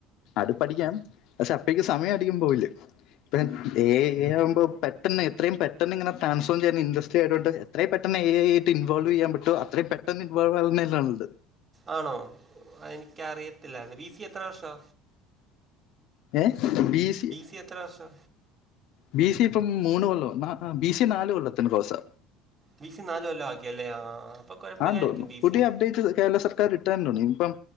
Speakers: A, on the left; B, on the right.
A: അത്പഠിക്കാം പക്ഷെ അപ്പഴേക്ക് സമയതികം പോവില്ലേ പിന്നെ ഏ ഐ ആവുമ്പോ പെട്ടന്നെത്രേം പെട്ടെന്ന് ങ്ങനെ ട്രൻഫോം ചെയ്യുന്ന ഇൻഡസ്ട്രി ആയതൊണ്ട് ത്രയും പെട്ടെന്ന് ഏ ഐ ആയിട്ട് ഇൻവോൾവെയ്യാൻ പറ്റോ അത്രേം പെട്ടെന്ന് ഇൻവോൾവാവുന്നല്ലേ നല്ലത്
B: ആണോ എനിക്കറിയത്തില്ലാര്ന്ന് ബിസി എത്ര വർഷാ
A: ഏഹ് ബിസിയോ
B: യെത്രവർഷാ
A: ബിസി ഇപ്പം മൂന്ന് കൊല്ലവൊ ന്നാ ആഹ് ബി സി നാല് കൊല്ലത്തിന് കോസാ
B: ബി സി നാല് കൊല്ലം ആക്കിയല്ലേ ആ അപ്പൊ കുഴപ്പമില്ലായിരിക്കും
A: ആണ്ടോന്ന്
B: ബി
A: പുതിയ
B: സിയും
A: അപ്ഡേറ്റ് കേരള സർ റിട്ടേണ്ണു ഇപ്പം